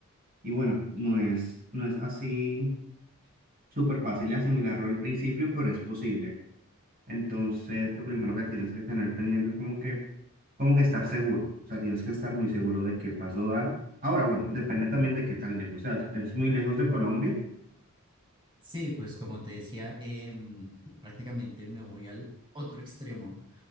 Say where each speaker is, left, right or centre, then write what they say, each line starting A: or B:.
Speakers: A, on the right; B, on the right.
A: y bueno, no es, no es así súper fácil de asimilarlo al principio, pero es posible. Entonces, lo primero que tienes que tener pendiente es como que, como que estar seguro. O sea, tienes que estar muy seguro de qué paso dar. Ahora, bueno, depende también de qué tan lejos seas. ¿Es muy lejos de Colombia?
B: Sí, pues como te decía, em, <laughs> prácticamente me voy al otro extremo,